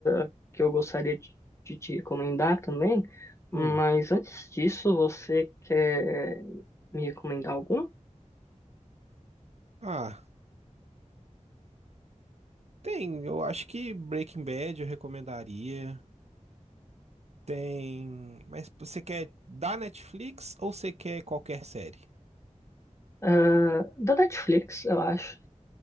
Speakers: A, on the left; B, on the right.
A: é, que eu gostaria de, de te recomendar também, mas
B: Hum.
A: antes disso, você quer me recomendar algum?
B: Ah, tem. Eu acho que Breaking Bad eu recomendaria. Tem. Mas você quer da Netflix ou você quer qualquer série?
A: Ah, da Netflix, eu acho.